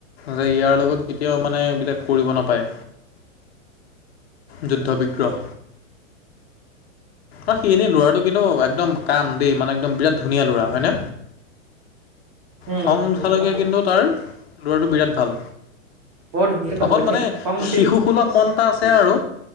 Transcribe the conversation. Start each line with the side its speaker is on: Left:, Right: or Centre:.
Left: যে ইয়াৰ লগত কেতিয়াও মানে এইবিলাক কৰিব নাপায়। যুদ্ধ, বিগ্ৰহ আৰু এনেই ল'ৰাটো কিন্তু একদম কাম দেই একদম বিৰাট ধুনীয়া লৰা হয়নে
Right: উম
Left: খং
Right: ভাল
Left: কঠালৈকে
Right: ভাল ভাল
Left: কিন্তু তাৰ ল'ৰাটো বিৰাট ভাল।
Right: বৰ ধুনীয়াকে কথা
Left: অকন
Right: পাতি থাকে
Left: মানে
Right: খং উঠেই
Left: শিশুসুলভ মন এটা আছে আৰু।